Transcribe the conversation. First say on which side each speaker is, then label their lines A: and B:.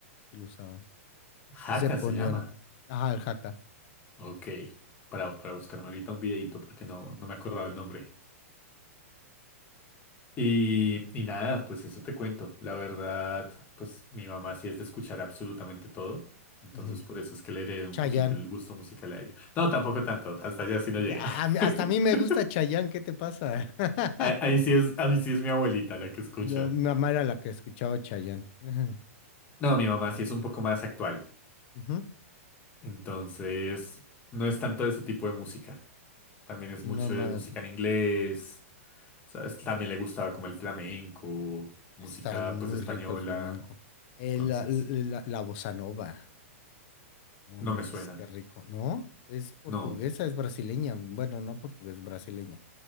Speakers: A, on the left; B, on the left.
A: sí lo usaban.
B: Haka
A: Sí se ponían,
B: se llama.
A: ajá, el jaca.
B: Ok. Para, para buscarme ahorita un videito porque no, no me acordaba el nombre. Y, y nada, pues eso te cuento. La verdad, pues mi mamá sí es de escuchar absolutamente todo. Entonces
A: ujú.
B: por eso es que le heredé un
A: Chayán.
B: poquito el gusto musical a ella. No, tampoco tanto. Hasta allá sí no llega.
A: Ah, a mí- hasta
B: <laughs>
A: a mí me gusta Chayán, ¿qué te pasa? <laughs>
B: Ahí, ahí sí es, ahí sí es mi abuelita la que escucha.
A: No, mi mamá era la que escuchaba Chayán. <laughs>
B: No, mi mamá
A: Ujú.
B: sí es un poco más actual.
A: Ujú.
B: Entonces, no es tanto de ese tipo de música. También es
A: Sí,
B: mucho
A: no más.
B: de música en inglés. ¿Sabes? También le gustaba como el flamenco, música
A: Está muy
B: pues española.
A: rico el flamenco. Eh,
B: Entonces,
A: la, la, la bossa nova. No
B: no
A: manches,
B: me suena.
A: qué rico. No, es portuguesa,
B: No.
A: es brasileña. Bueno, no portugués, brasileña.